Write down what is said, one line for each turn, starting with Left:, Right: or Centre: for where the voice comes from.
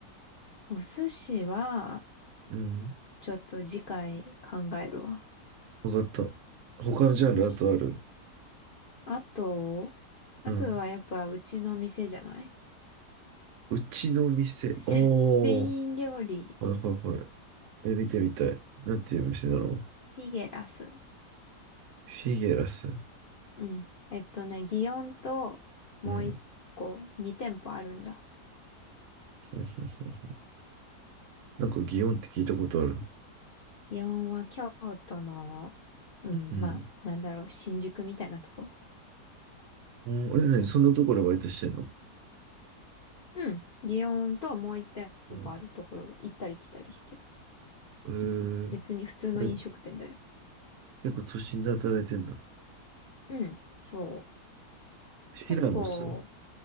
Left: お寿司は、
Right: うん。
Left: ちょっと次回考えるわ。
Right: わかった。他のジャンルあとある。
Left: お寿司。あと、あとはやっぱうちの店じゃない
Right: うん。うちの店。
Left: <laughs> ススペイン料理、
Right: おー。はいはいはい。え、見てみたい。なんていう店なの
Left: フィゲラス。
Right: フィゲラス。
Left: うん。えっとね、祇園ともう一個、
Right: うん。
Left: 二店舗あるんだ。
Right: <laughs> うんうんうんなんか祇園って聞いたことある。
Left: 祇園は京都の、うん、
Right: うん。
Left: まあ、なんだろう、新宿みたいなとこ。
Right: うんえ、何そんなところでバイトしてんの
Left: うん。祇園ともう一店舗あるところ行ったり来たりしてる。
Right: うん。えー、
Left: 別に普通の飲食店だよ。
Right: 何結構都心で働いてんだ。
Left: うん、そう。
Right: フィラノスフ
Left: 結構、